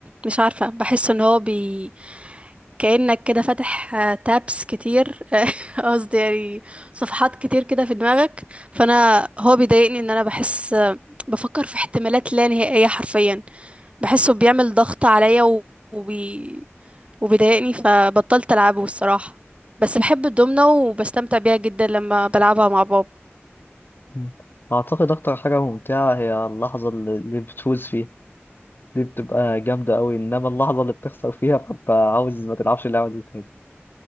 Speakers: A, on the right; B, on the left.
A: مش عارفة بحس ان هو بي كأنك كده فاتح آه، تابس كتير <laughs> قصدي يعني صفحات كتير كده في دماغك فانا هو بيضايقني ان انا بحس آه، بفكر في احتمالات لا نهائية حرفيا بحسه بيعمل ضغط عليا و- وبي... وبيضايقني فبطلت العبه الصراحة بس بحب الدومنة وبستمتع بيها جدا لما بلعبها مع بابا
B: مم. أعتقد أكتر حاجة ممتعة هي اللحظة اللي اللي بتفوز فيها دي بتبقى جامدة أوي إنما اللحظة اللي بتخسر فيها ببقى عاوز ما تلعبش اللعبة دي تاني